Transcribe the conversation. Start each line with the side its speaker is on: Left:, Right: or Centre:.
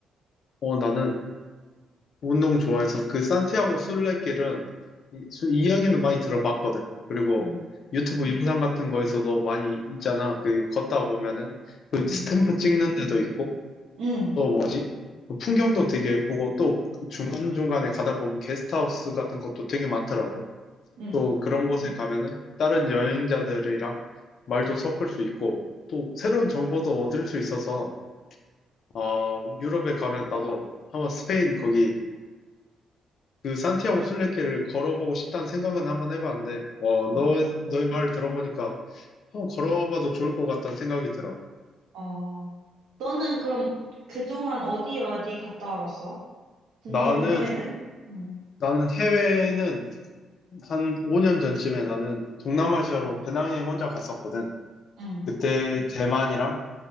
Left: 어, 나는 운동 좋아해서 그 산티아고 순례길은 이- 수- 이야기는 많이 들어봤거든. 그리고
Right: 응,
Left: 유튜브 영상 같은 거에서도 많이 있잖아. 그 걷다 보면은 그
Right: 응,
Left: 스탬프 찍는 데도 있고
Right: 응,
Left: 또 뭐지? 그 풍경도 되게 예쁘고 또 중간중간에 가다 보면 게스트하우스 같은 것도 되게 많더라고.
Right: 응.
Left: 또 그런 곳에 가면은 다른 여행자들이랑 말도 섞을 수 있고 또 새로운 정보도 얻을 수 있어서 어, 유럽에 가면 나도 한번 스페인 거기 그 산티아고 순례길을 걸어보고 싶다는 생각은 한번 해봤는데, 어, 너,
Right: 응.
Left: 너의 말을 들어보니까 한번 걸어봐도 좋을 것 같다는 생각이 들어.
Right: 어, 너는 그럼 그동안 어디 어디 갔다 와봤어? 국내든
Left: 나는,
Right: 해외든? 응,
Left: 나는 해외는 한 5년 전쯤에 나는 동남아시아로 배낭여행 혼자 갔었거든.
Right: 응,
Left: 그때 대만이랑